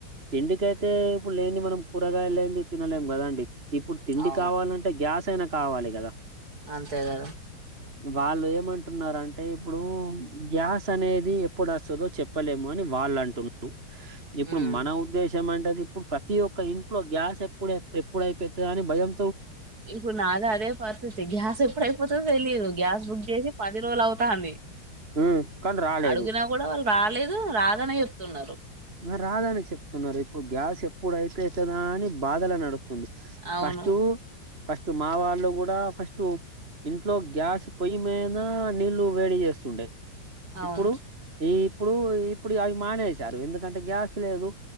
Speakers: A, on the right; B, on the right.
A: తిండికయితే. ఇప్పుడు లేని మనం కూరగాయ లేని ఈ తినలేం గదాం అండి ఇప్పుడు తిండి
B: అవును
A: కావాలంటే గ్యాస్ అయినా కావాలి కదా.
B: అంతే కదా
A: వాళ్ళు ఏమంటున్నారు అంటే ఇప్పుడు గ్యాస్ అనేది ఎప్పడ అస్తదో చెప్ చెప్పలేము అని వాళ్ళు అంటున్నారు. ఇప్పుడు
B: ఉమ్.
A: మన ఉద్దేశం అంటే ఇప్పుడు ప్రతి ఒక్క ఇంట్లో గ్యాస్ ఎప్పుడు ఎప్పుడ అయిపోతాది అని భయం
B: ఇప్పుడు నాద అదే పరిస్థితి గ్యాస్ ఎప్పుడైపోతదో తెలీయదు గ్యాస్ బుక్ చేసి పది రోజులు అవుతాంది.
A: ఉమ్, కానీ రాలేదు
B: అడుగినా కూడా వాళ్ళు రాలేదు రాదని చెప్తున్నారు.
A: మరి రాద అని చెప్తున్నారు ఇప్పుడు గ్యాస్ ఎప్పుడ ఐతే అయితదా అని బాధల నడుస్తు స్తుంది
B: అవును
A: ఫస్ట్ ఫస్ట్ మా వాళ్ళు కూడా ఫస్ట్ ఇంట్లో గ్యాస్ పొయ్యి మీనా నీళ్ళు వేడి చేస్తుండే,
B: అవును
A: ఇప్పుడు ఈ ఇప్పుడు ఇప్పుడు అవి మానేసారు ఎందుకు ఎకంటే గ్యాస్ లేదు